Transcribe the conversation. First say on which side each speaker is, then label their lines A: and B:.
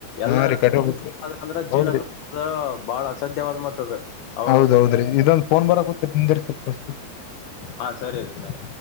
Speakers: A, on the left; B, on the left.
A: ಎಲ್ಲಾರ
B: ಹಾ ರೀ ಕಟ್ಬೇಕ್ರಿ
A: ಆದಂದ್ರ
B: ಹೌದ್ರಿ
A: ಜೀವನಕ್ಕೆ ಅ ಬಾಳ ಅಸಧ್ಯವಾದ್ ಮತ್ತದ ಅವಾಗಂತ
B: ಹೌದೌದ್ರಿ ಇದೊಂದ್ ಫೋನ್ ಬರ ಕೊತ ನಿಂದರ್ ಸ
A: ಹಾ ಸರಿ ಸರ್